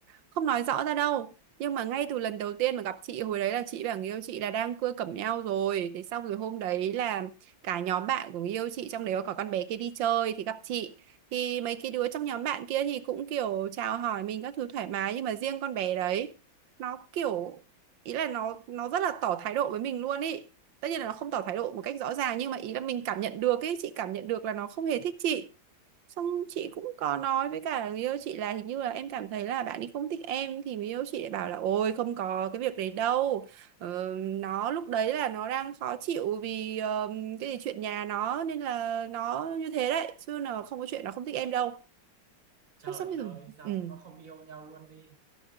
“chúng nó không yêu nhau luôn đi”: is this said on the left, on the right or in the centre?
Right